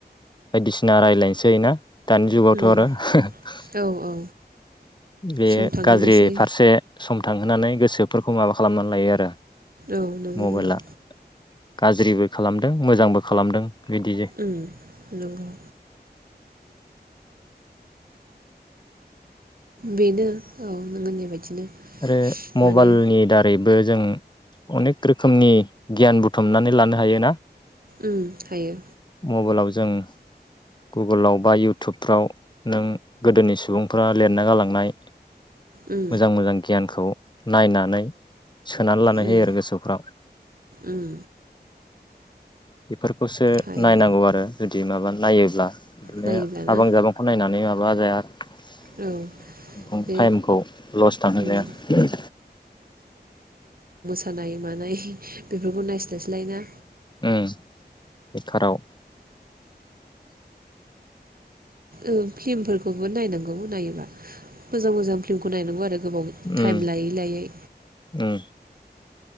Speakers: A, on the left; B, on the right.
A: बायदिसिना रायलायनोसै ना दानि जुगावथ'
B: उम
A: आरो <unintelligible>
B: औ औ
A: बे
B: सम थांहोनोसै
A: गाज्रि फारसे सम थांहोनानै गोसो एफोरखौ माबा खालामनानै लायो आरो।
B: औ नंगौ
A: मबाइलाआ
B: नंगौ
A: गाज्रिबो खालामदों मोजांबो खालामदों बिदि
B: उम नंगौ बेनो औ नों होननाय बायदिनो
A: आरो
B: माने
A: मबाइलनि दारैबो जों अनेक रोखोमनि गियान बुथुमनानै लानो हायोना
B: उम हायो
A: मबाइलाव जों गुगोलाव बा इउटुबफ्राव नों गोदोनि सुबुंफ्रा लिरना गालांनाय
B: उम
A: मोजां मोजां गियानखौ नायनानै सोनानै लानाय
B: उम
A: होयो आरो गोसोफ्राव
B: उम
A: फोरखौसो
B: हायो
A: नायनांगौ आरो जुदि माबा नायोब्ला बिदिनो
B: नायोब्लाना
A: साबां जाबांखौ नायनानै आ जाय आरो
B: औ बे
A: टाइमखौ लस थांहोनलाया
B: उम खानाय मानाय बेफोरखौ नायस्लायस्लायना
A: उम बेखाराव
B: उम फ्लिमफोरखौबो नायनांगौ नायोबा मोजां मोजां फिल्मखौ नायनांगौ आरो गोबाव
A: उम
B: टाइम लायै लायै
A: उम